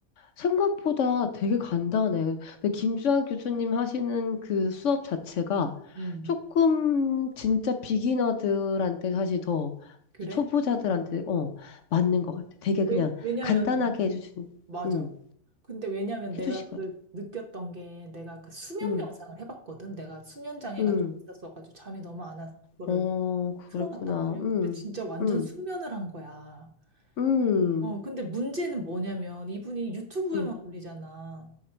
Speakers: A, on the left (about 60°); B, on the right (about 45°).
A: 생각보다 되게 간단해. 근데 김주환 교수님 하시는 그 수업 자체가
B: 응.
A: 조금 진짜 비기너들한테 사실 더
B: 그래?
A: 초보자들한테 어 맞는 것 같아. 되게
B: 왜,
A: 그냥
B: 왜냐면은,
A: 간단하게 해주신,
B: 맞아.
A: 음
B: 근데 왜냐면 내가
A: 해주시거든.
B: 그걸 느꼈던 게 내가 그 수면
A: 음,
B: 명상을 해봤거든. 내가 수면 장애가
A: 음,
B: 좀 있었어가지고 잠이 너무 안 와서 그거를
A: 어
B: 풀어봤단
A: 그랬구나.
B: 말이야.
A: 음,
B: 근데 진짜 완전
A: 음,
B: 숙면을 한 거야.
A: 음,
B: 어, 근데 문제는 뭐냐면 이분이 유튜브에만
A: 음,
B: 올리잖아.